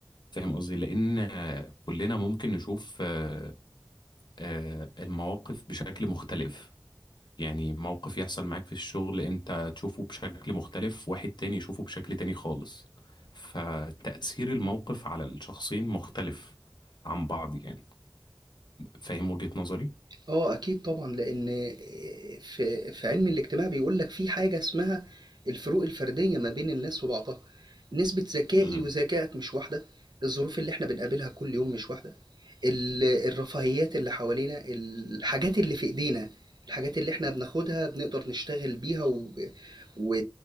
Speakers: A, on the left; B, on the right.
A: فاهم قصدي لأن آه، كلنا ممكن نشوف آه، آه، المواقف بشكل مختلف يعني موقف يحصل معاك في الشغل أنت تشوفه بشكل مختلف واحد تاني يشوفه بشكل تاني خالص فتأثير الموقف على الشخصين مختلف عن بعض يعني فاهم وجهة نظري
B: اه اكيد طبعا لان آه، في في علم الاجتماع بيقول لك في حاجه اسمها الفروق الفرديه ما بين الناس وبعضها نسبه ذكائي
A: مم.
B: وذكائك مش واحده الظروف اللي احنا بنقابلها كل يوم مش واحده ال- الرفاهيات اللي حوالينا الحاجات اللي في ايدينا الحاجات اللي احنا بناخدها بنقدر نشتغل بيها و... و...